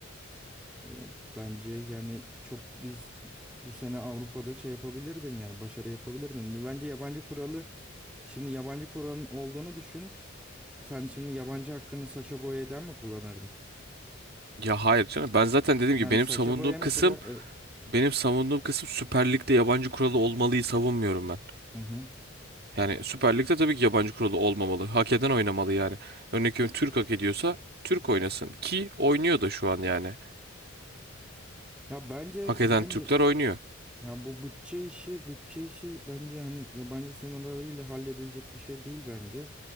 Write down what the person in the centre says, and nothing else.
E, Bence yani çok biz bu sene Avrupa'da şey yapabilirdin yani başarı yapabilirdin. Bence yabancı kuralı şimdi yabancı kuralın olduğunu düşün. Sen şimdi yabancı hakkını Sacha Boey'den mi kullanırdın?
Yani
Sacha
Boey mesela
e,
hı hı.
Ya bence
bence
Ya bu bütçe işi, bütçe işi bence hani yabancı sınırlarıyla halledilecek bir şey değil bence.